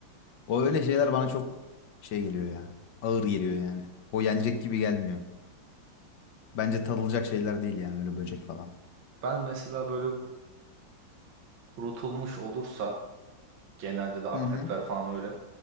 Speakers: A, on the left; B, on the right.
A: O öyle şeyler bana çok şey geliyor ya. Ağır geliyor yani. O yenecek gibi gelmiyor. Bence tadılacak şeyler değil yani öyle böcek falan.
B: Ben mesela böyle kurutulmuş olursa genelde de akrepler
A: Hı hı.
B: falan öyle.